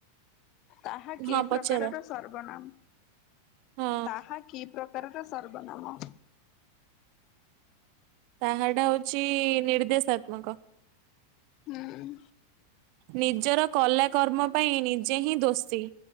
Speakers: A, on the left; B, on the right.
A: ତାହା କି
B: ହଁ ପଚାର।
A: ପ୍ରକାରର ସର୍ବନାମ
B: ହଁ
A: ତାହା କି ପ୍ରକାରର ସର୍ବନାମ?
B: ତାହାଟା ହଉଛି ନିର୍ଦ୍ଦେଶାତ୍ମକ।
A: ହୁଁ।
B: ନିଜର କଲା କର୍ମ ପାଇଁ ନିଜେ ହିଁ ଦୋଷୀ।